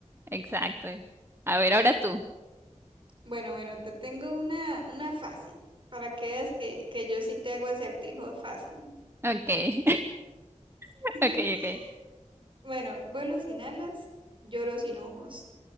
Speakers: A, on the right; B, on the right.
A: Exacto. A ver, ahora tú.
B: Bueno, bueno, te tengo una, una fácil, para que veas que, que yo sí te hago acertijos fácil.
A: Ok, <laughs>
B: <laughs>
A: ok, ok.
B: Bueno, vuelo sin alas, lloro sin ojos.